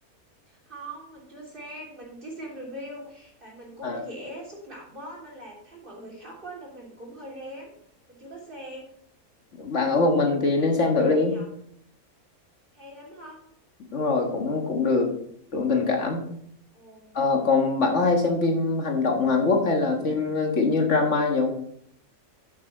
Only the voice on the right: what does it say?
không mình chưa xem mình chỉ xem review tại mình cũng
dễ xúc động á nên là thấy mọi người khóc á nên mình cũng hơi rén mình chưa có xem
mà hay
nhở hay lắm hả
Ồ,